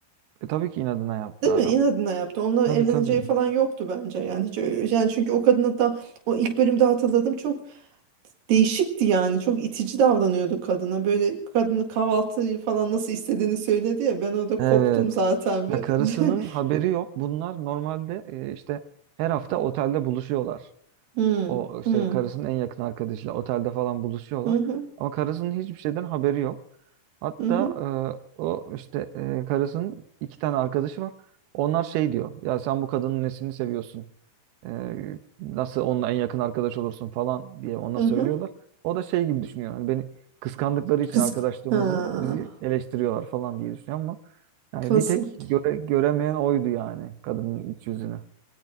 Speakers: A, on the right; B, on the right.
A: E tabii ki inadına yaptı
B: Değil
A: adam.
B: mi? İnadına yaptı. Onunla
A: Tabii
B: evleneceği
A: tabii.
B: falan yoktu bence. Yani hiç öyle- yani çünkü o kadına da o ilk bölümde hatırladım çok değişikti yani. Çok itici davranıyordu kadına. Böyle kadını kahvaltıyı falan nasıl istediğini söyledi ya. Ben orada
A: Evet.
B: koptum zaten bir.
A: Ya karısının
B: <laughs>
A: haberi yok. Bunlar normalde e, işte her hafta otelde buluşuyorlar.
B: Hmm,
A: O işte
B: hmm,
A: karısının en yakın arkadaşıyla otelde falan buluşuyorlar.
B: hı hı,
A: Ama karısının hiçbir şeyden haberi yok. Hatta
B: hı hı,
A: e, o işte e, karısının iki tane arkadaşı var. Onlar şey diyor. Ya sen bu kadının nesini seviyorsun? Ee, nasıl onunla en yakın arkadaş olursun falan diye ona
B: hı
A: söylüyorlar.
B: hı.
A: O da şey gibi düşünüyor. Hani beni kıskandıkları için
B: Kız.
A: arkadaşlığımızı
B: Ha,
A: bizi eleştiriyorlar falan diye düşünüyor ama yani
B: klasik.
A: bir tek göre, göremeyen oydu yani kadının iç yüzünü.